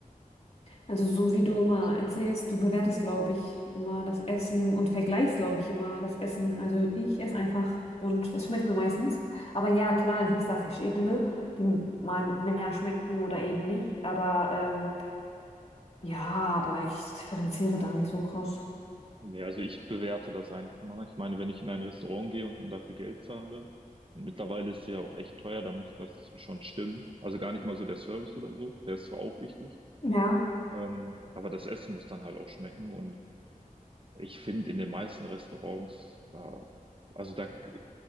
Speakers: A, on the left; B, on the right.
A: Also so wie du
B: Tatsächlich.
A: immer erzählst, du bewertest, glaube ich, immer das Essen und vergleichst, glaube ich, immer das Essen. Also ich esse einfach und es schmeckt mir meistens. Aber ja, klar, gibt es da verschiedene, die mal mehr schmecken oder eben nicht. Aber ähm, ja, aber ich differenziere da nicht so krass.
B: Nee, also ich bewerte das eigentlich mal. Ich meine, wenn ich in ein Restaurant gehe und dann dafür Geld zahle, und mittlerweile ist sie ja auch echt teuer, da muss das schon stimmen. Also gar nicht mal so der Service oder so, der ist zwar auch wichtig.
A: Ja.
B: Ähm, aber das Essen muss dann halt auch schmecken. Und ich finde, in den meisten Restaurants, da, also da k-